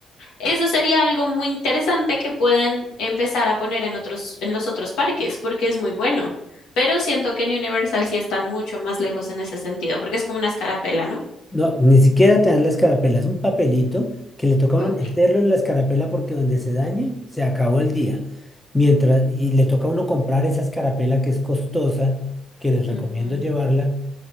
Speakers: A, on the left; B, in the centre.
A: Eso sería algo muy interesante que pueden empezar a poner en otros, en los otros parques, porque es muy bueno. Pero siento que en Universal sí están mucho más lejos en ese sentido, porque es como una escarapela, ¿no?
B: No, ni siquiera te dan la escarapela, es un papelito que le toca a
A: Va
B: Mm. uno
A: a
B: meterlo
A: ver.
B: en la escarapela porque donde se dañe, se acabó el día. Mientras, y le toca a uno comprar esa escarapela que es costosa, que les recomiendo
A: Ujú,
B: llevarla,